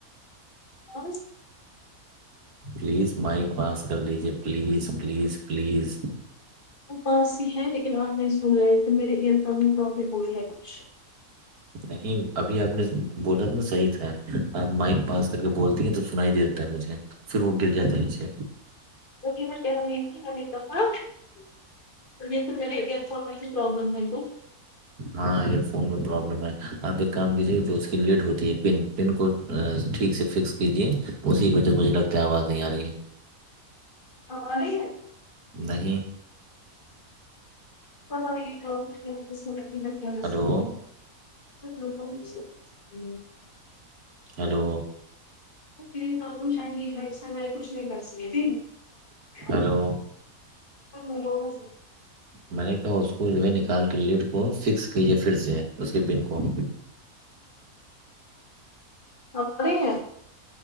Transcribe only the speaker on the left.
<inaudible>
وہ پانس ہی ہیں لیکن آپ نہیں سن رہے ہو تو میرے ایئر فون میں پرابلم ہوی ہے کچھ
<unintelligible> <unintelligible>
اب ارہی ہے
<unintelligible>
<inaudible>
<unintelligible> <unintelligible>
اب رہی ہے